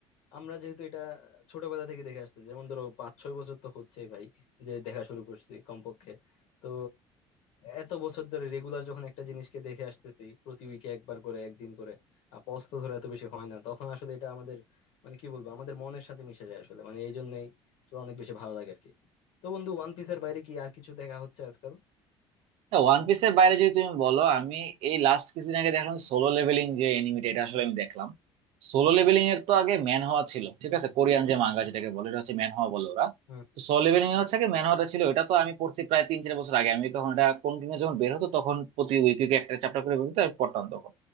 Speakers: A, on the left; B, on the right.
A: আমরা যেহেতু এটা ছোটবেলা থেকে দেখে আসছি যেমন ধরো পাঁচ ছয় বছর তো হচ্ছেই ভাই যে দেখা শুরু করছি কমপক্ষে তো এত বছর ধরে রেগুলার যখন একটা জিনিসকে দেখে আসতেছি প্রতি উইকে একবার করে একদিন করে আর পজ তো ধরে এত বেশি হয় না তখন আসলে এটা আমাদের মানে কি বলবো আমাদের মনের সাথে মিশে যায় আসলে মানে এই জন্যই আসলে অনেক বেশি ভালো লাগে আর কি তো বন্ধু ওয়ান পিসের বাইরে কি আর কিছু দেখা হচ্ছে আজকাল
B: ওয়ান পিসের বাইরে যদি তুমি বলো আমি এই লাস্ট কিছুদিন আগে দেখলাম সোলো লেভেলিং যে এনিমিটা এটা আসলে আমি দেখলাম সোলো লেভেলিং এর তো আগে ম্যান হওয়া ছিল ঠিক আছে কোরিয়ান যে মাঙ্গা যেটাকে বলে এটা হচ্ছে ম্যান হওয়া বলে ওরা
A: হ্যাঁ
B: তো সোলো লেভেলিং এ হচ্ছে কি ম্যান হওয়াটা ছিল এটা তো আমি পড়ছি প্রায় তিন চার বছর আগে আমি তখন এটা কন্টিনিউ যখন বের হতো তখন প্রতি উইকে একটা চ্যাপ্টার করে বের হতো আমি পড়তাম তখন